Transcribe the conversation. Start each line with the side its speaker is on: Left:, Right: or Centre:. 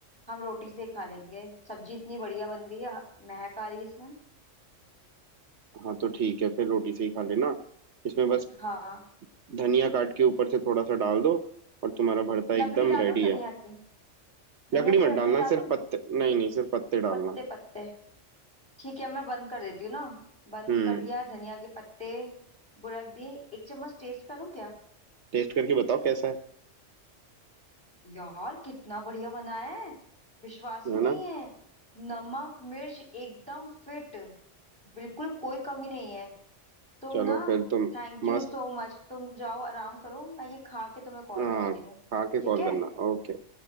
Centre: हम रोटी से ही खा लेंगे सब्जी इतनी बढ़िया बन गई है महक आ रही है इसमें
Right: हाँ तो ठीक है फिर रोटी से ही खा लेना इसमें बस
Centre: हाँ
Right: धनिया काट के ऊपर से थोड़ा सा डाल दो और तुम्हारा भरता एकदम
Centre: लकड़ी डालूं
Right: रेडी
Centre: धनिया
Right: है
Centre: की धनिया
Right: लकड़ी
Centre: की
Right: मत
Centre: लकड़ी
Right: डालना
Centre: डालूं
Right: सिर्फ पत्ते नहीं नहीं सिर्फ पत्ते डालना
Centre: पत्ते पत्ते ठीक है मैं बंद कर देती हूँ ना बंद
Right: हम्म
Centre: कर दिया धनिया के पत्ते बुरक दिए एक चम्मच टेस्ट करूं क्या
Right: टेस्ट करके बताओ कैसा है
Centre: यार कितना बढ़िया बनाया है विश्वास
Right: है
Centre: ही नहीं
Right: ना
Centre: है नमक मिर्च एकदम फिट बिल्कुल कोई कमी नहीं है तुम
Right: चलो
Centre: ना
Right: फिर तुम
Centre: थैंक यू
Right: मस्त
Centre: सो मच तुम जाओ आराम करो मैं ये खा के तुम्हें कॉल
Right: हाँ
Centre: करती
Right: खा
Centre: हूँ
Right: के
Centre: ठीक
Right: कॉल
Centre: है
Right: करना ओके